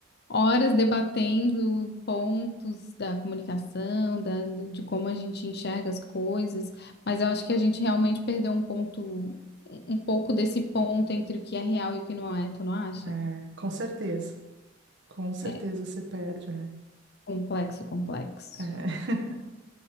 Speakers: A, on the left; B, on the right.
A: horas debatendo pontos da comunicação, da, da- de como a gente enxerga as coisas, mas eu acho que a gente realmente perdeu um ponto, um um pouco desse ponto entre o que é real e o que não é, tu não acha?
B: É, com certeza. Com certeza
A: É
B: se perde, né?
A: complexo, complexo.
B: É. <laughs>